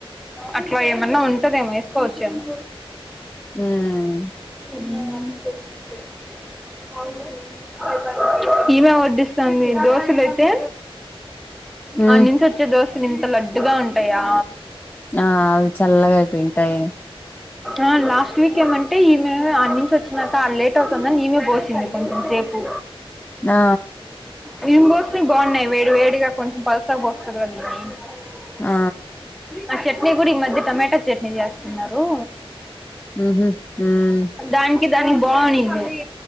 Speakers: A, in the centre; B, on the left.
A: అట్లా ఏమన్నా ఉంటదేమొ ఏసుకోవచ్చేమో
B: ఊమ్
A: <inaudible> ఈమె వడ్డిస్తుంది దోశలు ఐతే
B: ఉమ్
A: ఆడ నుంచి టే దోశలు ఇంత లడ్డుగా ఉంటాయా
B: ఆ అవి చల్లగా అయిపోయింటాయి
A: ఆ లాస్ట్ వీక్ ఏమంటే ఈమె అ నుంచి వచ్చినాక లేట్ అవుతుందని ఈమె పోసింది కొంచెం సేపు
B: ఆ
A: మేం పోసినవి బాగున్నాయి వేడి వేడిగా కొంచెం పల్చగా పోస్తాము <unintelligible>
B: ఆ
A: ఆ చట్నీ కూడా ఈ మధ్య టమాటా చట్నీ చేస్తున్నారు
B: ఉహు ఉమ్
A: దానికి దానికి బాగునింది